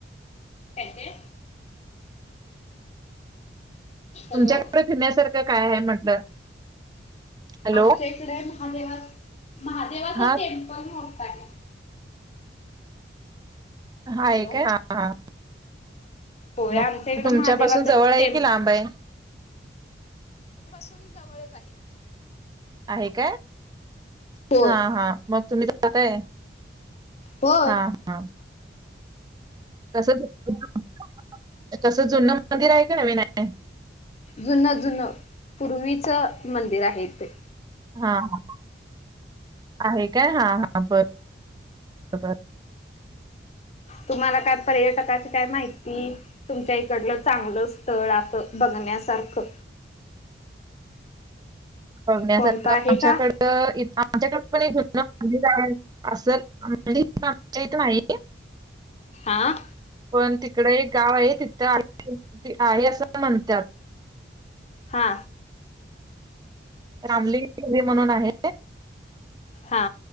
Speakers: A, on the left; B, on the right.
A: काय ते? हॅलो
B: तुमच्याकडे फिरण्यासारखं काय आहे म्हटलं? हॅलो?
A: आमच्या इकडे महादेवाचं महादेवाचं
B: हां,
A: टेम्पल मो काय ते?
B: हाये
A: हॅलो.
B: काय हा हा.
A: होय
B: मग
A: आमच्या इकडं
B: तुमच्या
A: महादेवाचं
B: पासून जवळ आहे
A: टेम
B: कि लांब आहे?
A: पासून जवळचं आहे.
B: आहे काय?
A: होय
B: हा हा मग तुम्ही जातायं?
A: हो
B: हा हा. कस <unintelligible> कसं जुनं मंदिर आहे का नवीन आहे?
A: जुनं जुनं पूर्वीचं मंदिर आहे ते.
B: हा हा आहे काय, हा हा बरं बरं.
A: तुम्हाला काय पर्यटकाची काय माहिती, तुमच्या इकडलं चांगलं स्थळ असं बघण्यासारखं
B: बघण्या
A: कोणतं
B: सारखं
A: आहे
B: आमच्या
A: का?
B: कडं इथं आमच्या कडं पण असल आ आ इथ नाही <unintelligible>
A: आ?
B: पण तिकड एक गाव आहे तिथे आहे असं म्हणतात.
A: हा.
B: रामलिंग हे म्हणून आहे.
A: हा.